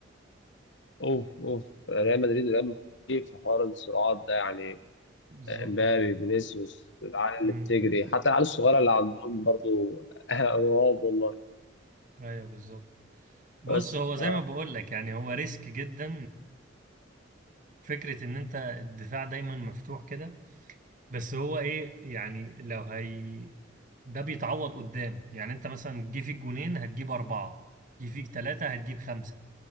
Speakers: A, on the left (about 65°); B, on the right (about 45°).
A: اوف اوف ريال مدريد ريال مدريد في حوار الصراعات ده يعني
B: بالظبط
A: امبابي فينيسيوس العيال اللي
B: امم
A: بتجري حتى العيال الصغيره اللي عندهم برضو <laughs> رعب والله
B: ايوه بالظبط
A: بس
B: بص هو زي
A: ف
B: ما بقول لك يعني هو ريسك جدا وفكرة ان انت الدفاع دايما مفتوح كده بس هو ايه يعني لو هي ده بيتعوض قدام يعني انت مثلا جه فيك جونين هتجيب أربعة جه فيك ثلاثة هتجيب خمسة